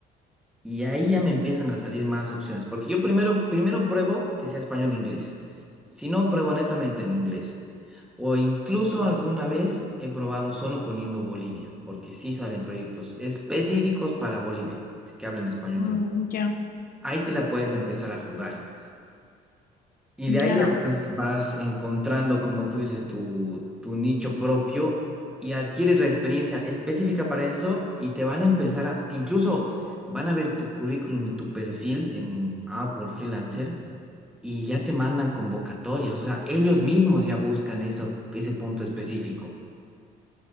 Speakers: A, in the centre; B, on the left.
A: Y ahí ya me empiezan a salir más opciones, porque yo primero, primero pruebo que sea español-inglés. Si no, pruebo netamente en inglés. O incluso alguna vez he probado solo poniendo Bolivia, porque sí salen proyectos específicos para Bolivia, que hablen español.
B: Mm, ya,
A: Ahí te la puedes empezar a jugar. Y de ahí
B: ya,
A: ya vas, vas encontrando, como tú dices, tu, tu nicho propio y adquieres la experiencia específica para eso y te van a empezar a, incluso van a ver tu currículum y tu perfil en Upwork Freelancer y ya te mandan convocatorias, o sea, ellos mismos ya buscan eso, ese punto específico.